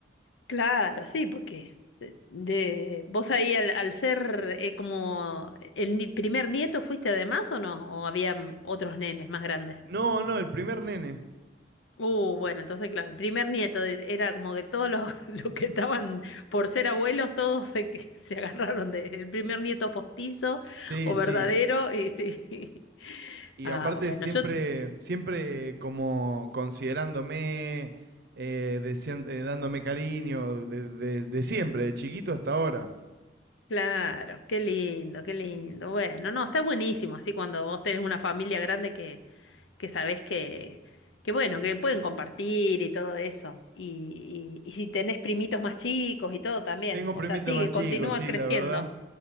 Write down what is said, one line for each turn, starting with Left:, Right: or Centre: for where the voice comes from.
Left: Claro, sí, porque de, de- vos ahí al, al ser eh, como el ni- primer nieto fuiste además o no, o había otros nenes más grandes.
Right: No, no, el primer nene.
Left: Uh, bueno, entonces claro, el primer nieto eh, era como que todos los, <laughs> los que estaban por ser abuelos, todos se, que- <laughs> se agarraron del primer nieto postizo
Right: Sí,
Left: o
Right: sí.
Left: verdadero y sí. <laughs>
Right: Y
Left: Ah,
Right: aparte
Left: bueno,
Right: siempre,
Left: yo,
Right: siempre como considerándome, eh, decien- eh, dándome cariño, de, de- de siempre, de chiquito hasta ahora.
Left: claro, qué lindo, qué lindo. Bueno, no, está buenísimo, así cuando vos tenés una familia grande que sabés que, que bueno, que pueden compartir y todo eso. Y, y, y si tenés primitos más chicos y todo también.
Right: Tengo un
Left: O
Right: primito
Left: sea, sigue,
Right: más chico,
Left: continúa
Right: sí,
Left: creciendo.
Right: la verdad.